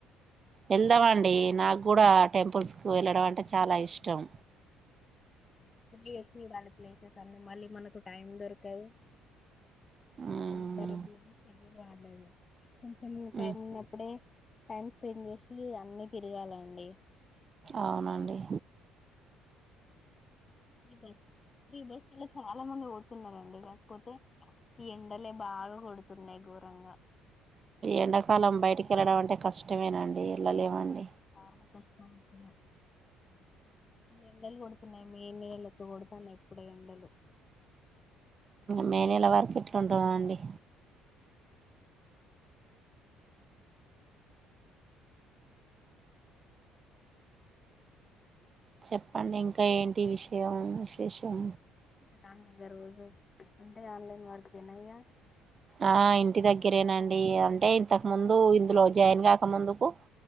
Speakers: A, on the right; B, on the left.
A: వెళ్దాం అండి నాకు కూడా టెంపుల్స్ కి వెళ్లడం అంటే చాలా ఇష్టం.
B: కొద్దిగ చూడాలి ప్లేసెస్ అన్ని మళ్లీ మనకు టైం దొరకదు
A: ఉమ్,
B: ఎవ్వరి బిజీ షెడ్యూల్ వాళ్లదే కొంచెం టైం
A: ఉమ్,
B: ఉన్నప్పుడే టైం స్పెండ్ చేసి అన్ని తిరగాలండీ
A: అవునండి
B: ఇగ ఫ్రీ బస్సులు చాలామంది పోతున్నారండి. కాకపోతే ఈ ఎండలే బాగా కొడుతున్నాయి ఘోరంగా.
A: ఎండాకాలం బయటికి వెళ్లడం అంటే కష్టమేనండి. వెళ్ళలేమండి
B: అవునండి చాలా కష్టమైతది ఎండలు కొడుతున్నాయి మే నెల లెక్క కొడుతున్నాయి ఇప్పుడే ఎండలు
A: మే నెల వరకు ఎట్లుంటదో అండి చెప్పండి ఇంకా ఏంటి విషయం విషం
B: నంద రోజు అంటే ఆన్లైన్ వర్క్ ఏనాయిగా
A: ఆ ఇంటి దగ్గరే నండి అంటే ఇంతకుముందు ఇందులో జాయిన్ కాక ముందుకు